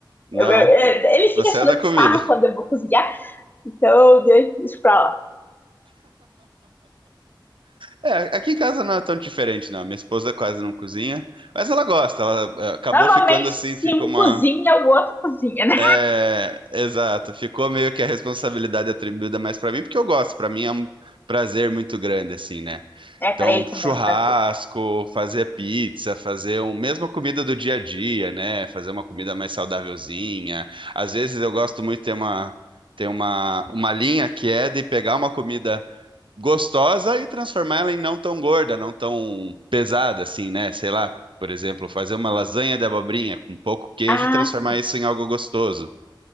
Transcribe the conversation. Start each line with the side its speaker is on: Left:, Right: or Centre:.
Right: Não,
Left: Eu- eu- eu- ele fica
Right: você
Left: tirando
Right: é da comida.
Left: sarro quando eu vou cozinhar, então eu deixo isso pra lá.
Right: É, aqui em casa não é tão diferente, não. Minha esposa quase não cozinha, mas ela gosta. Ela eh, acabou
Left: Normalmente,
Right: ficando assim,
Left: se
Right: ficou
Left: um
Right: uma.
Left: cozinha, o outro cozinha, né?
Right: É, exato. Ficou meio que a responsabilidade atribuída mais pra mim, porque eu gosto. Pra mim é um prazer muito grande, assim, né?
Left: É, pra
Right: Então,
Left: ele
Right: um churrasco,
Left: também é um prazer.
Right: fazer pizza, fazer um, mesmo a comida do dia a dia, né? Fazer uma comida mais saudávelzinha. Às vezes eu gosto muito de ter uma, ter uma, uma linha que é de pegar uma comida gostosa e transformar ela em não tão gorda, não tão pesada assim, né? Sei lá, por exemplo, fazer uma lasanha de abobrinha com pouco queijo
Left: Ah,
Right: e transformar
Left: sim.
Right: isso em algo gostoso.